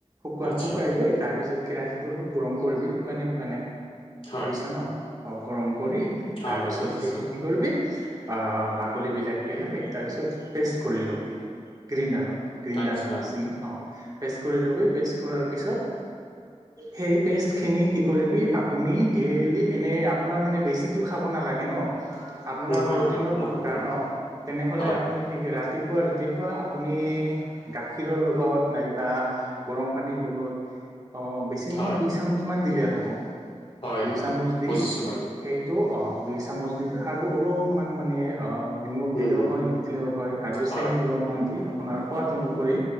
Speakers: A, on the right (about 30°); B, on the left (about 50°).
A: শুকুৱাৰ
B: আচ্ছা,
A: শুকুৱাই লৈ তাৰপিছত কেৰাহীটো অলপ গৰম কৰিবি শুকানে, শুকানে।
B: হয়।
A: ফুৰিছে ন অ গৰম কৰি
B: হয়,
A: তাৰপিছত
B: হয়, বুজিছোঁ।
A: সেইটো কি কৰিবি আহ বাকলিবিলাক পেলাই তাৰপিছত পেষ্ট কৰি ল'বি গ্ৰিণ্ডাৰত গ্ৰিণ্ডাৰ
B: আচ্ছা,
A: মেচিনত অ পেষ্ট কৰি ল'বি, পেষ্ট কৰাৰ পিছত সেই পেষ্টখিনি কি কৰিবি আপুনি ডেইলি এনেই আপোনাৰ মানে বেছিটো খাব নালাগে ন? আপোনাৰ
B: নহয়,
A: প্ৰ'টিনৰ
B: নহয়, অকমান,
A: দৰকাৰ
B: অকমান।
A: অ তেনেহ'লে
B: হয়,
A: আপুনি ঠিক ৰাতিপুৱা, ৰাতিপুৱা আপুনি গাখীৰৰ লগত নাইবা গৰম পানীৰ লগত আহ বেছি
B: হয়,
A: নহয় দুই চামুচ মান দিলে হ'ব।
B: হয়,
A: দুই
B: হয়,
A: চামুচ দি
B: বুজিছোঁ বাৰু।
A: সেইটো অ দুই চামুচ দিব আৰু অলপমান মানে অ নিমখ
B: উম,
A: দিলেও
B: হুম,
A: হয় নিদিলেও হয় আৰু
B: হয়।
A: চেনি অলপমান দি আ পোনাৰ সোৱাদ অনুসৰি